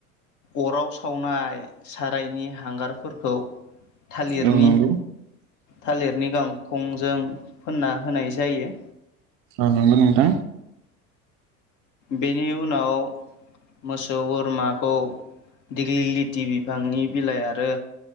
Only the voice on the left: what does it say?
अराव सावनाय सारायनि हांगारफोरखौ थालिरनि
थालिरनि गांखंजों फोनना होनाय जायो।
बेनि उनाव मोसौ बोरमाखौ दिग्लि लिथि बिफांनि बिलाइ आरो